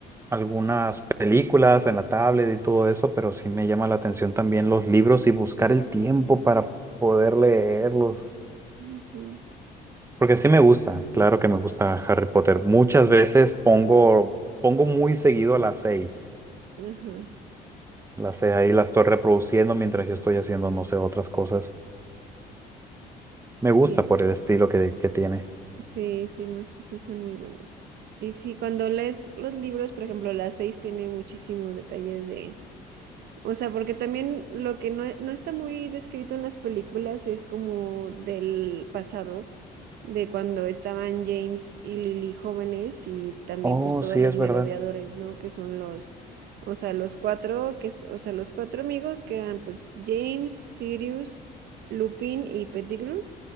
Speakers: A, on the right; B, on the right.
A: algunas películas en la tablet y todo eso, pero sí me llama la atención también los libros y buscar el tiempo para poder leerlos.
B: ajá,
A: Porque sí me gusta, claro que me gusta Harry Potter. Muchas veces pongo, pongo muy seguido a las seis.
B: ajá.
A: Las seis ahí las estoy reproduciendo mientras yo estoy haciendo, no sé, otras cosas. Me
B: Sí,
A: gusta por el estilo que, que tiene.
B: sí, sí, no, es que sí son muy buenas. Y sí, cuando lees los libros, por ejemplo, las seis tiene muchísimos detalles O sea, porque también lo que no, no está muy descrito en las películas es como del pasado, de cuando estaban James y Lily jóvenes y también
A: Oh,
B: pues todos
A: sí,
B: los
A: es
B: merodeadores,
A: verdad.
B: ¿no? Que son los, o sea, los cuatro, que, es- o sea, los cuatro amigos que eran pues James, Sirius, Lupin y Pettigrew.